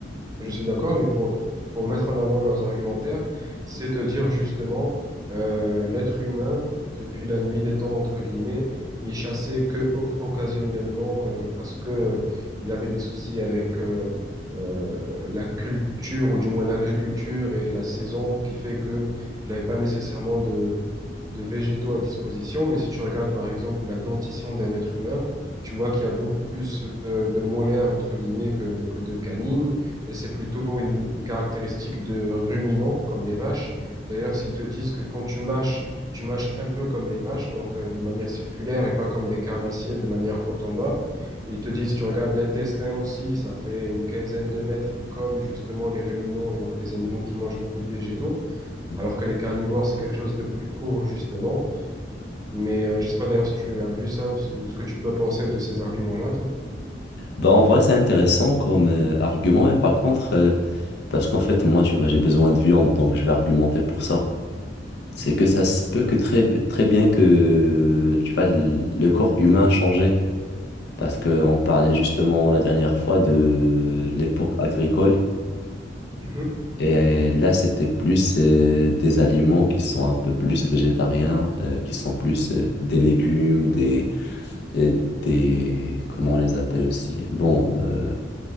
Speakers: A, on the right (about 20°); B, on the left (about 65°).
A: que je suis d'accord. Mais pour pour mettre en avant leurs argumentaires, c'est te dire justement euh, l'être humain depuis la nuit des temps entre guillemets, il chassait que o- occasionnellement euh, parce que euh, il avait des soucis avec euh, euh, la culture ou du moins l'agriculture et la saison qui fait que il n'avait pas nécessairement de, de végétaux à disposition, mais si tu regardes par exemple la dentition d'un être humain, tu vois qu'il y a beaucoup plus euh, de molaires entre guillemets que, que de canines, et c'est plutôt une, une caractéristique de ruminants comme les vaches. D'ailleurs, s'ils te disent que quand tu mâches, tu mâches un peu comme les vaches, donc euh, de manière circulaire et pas comme des carnassiers de manière haut en bas. Et Ils te disent, tu regardes l'intestin aussi, ça fait une quinzaine de mètres comme justement les ruminants et donc les animaux qui mangent beaucoup de végétaux
B: Mhm.
A: alors que les carnivores, c'est quelque chose de plus court, justement. Mais euh, je sais pas d'ailleurs si tu as vu ça ou, si- ou ce que tu peux penser de ces arguments-là, toi.
B: Bah, en vrai, c'est intéressant comme euh, argument, et par contre, euh, parce qu'en fait, moi, tu vois, j'ai besoin de viande, donc je vais argumenter pour ça. c'est que ça se peut que très, très bien que tu vois, le le corps humain a changé. Parce qu'on parlait justement la dernière fois de l'époque agricole.
A: Mhm.
B: Et là, c'était plus euh, des aliments qui sont un peu plus végétariens, euh, qui sont plus euh, des légumes, des, euh, des... Comment on les appelle aussi? Bon, euh,